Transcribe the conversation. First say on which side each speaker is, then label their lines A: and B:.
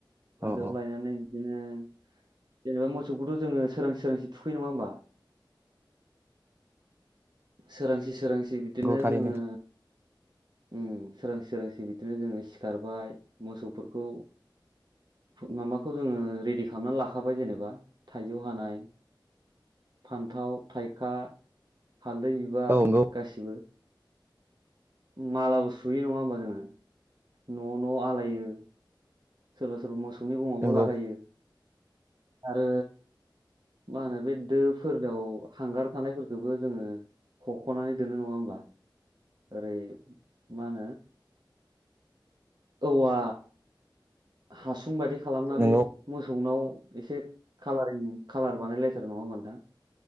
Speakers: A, on the right; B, on the right.
A: हाजोआव
B: अ अ
A: लायनानै बिदिनो जेन'बा मोसौखौथ' जोङो सोरांसि सोरांसि थुखैयो नङा होमबा? सोरांसि सोरांसि बिदिनो
B: नंगौ थारैनो
A: जोङो उम सोरांसि सोरांसि बिदिनो जोङो सिखारबाय मोसौफोरखौ माबाखौ जोङो रेडि खालामनानै लाखाबाय जेनेबा थाइजौ हानाय फान्थाव, थाइखा, हालदै बिबार
B: औ नंगौ
A: गासिबो बो मालाबो सुयो नङा होमबा जोङो? न' न' आलायो। सोरबा सोरबा मोसौ नि गङावबो
B: नंगौ
A: लागायो आरो मा होनो बे दोफोराव हांगार थानायफोरखोबो जोङो हख'नानै दोनो नङा होमबा ओरै मा होनो औवा हासुं बायदि खालामनानै
B: नंगौ
A: मोसौनाव एसे खालारिं कालार बानायलाय थारो नङा होमबा नोंथां